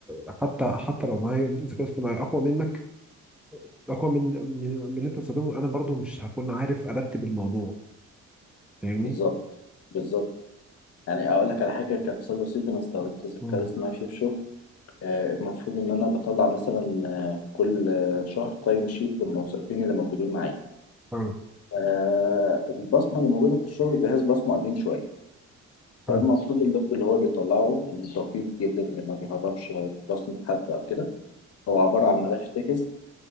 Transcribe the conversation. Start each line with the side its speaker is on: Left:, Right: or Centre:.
Centre: ه- حتى حتى لو معايا ذكاء اصطناعي اقوى منك اقوى من من, من اللي انت بتستخدمه انا برضو مش هكون عارف ارتب الموضوع فاهمني؟
Left: بالظبط بالظبط يعني اقول لك على حاجه كمثال بسيط انا استخدمت الذكاء
Centre: امم
Left: الاصطناعي فيه في شغل آه، المفروض ان انا بطلع مثلا آه، كل آه، شهر تايم شيت للموظفين اللي موجودين معايا
Centre: حلو
Left: آه، البصمه اللي موجوده في الشغل جهاز بصمه قديم شويه
Centre: حلو
Left: فالمفروض اللوج اللي هو بيطلعه دقيق جدا اللي ما بيهربش بصمه حد او كده هو عباره عن ملف تكست